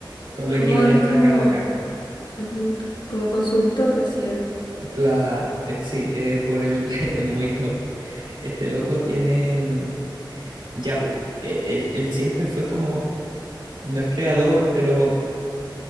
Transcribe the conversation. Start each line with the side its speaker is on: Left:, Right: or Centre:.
Right: con lo
Left: Como
Right: equivalente
Left: es como,
Right: a cada acá.
Left: ujú, como consultor, decía.
Right: Claro, eh, sí, eh, por él <laughs> es muy loco. Este loco tiene, mm, ya, po, eh, él, él siempre fue como, no es creador, pero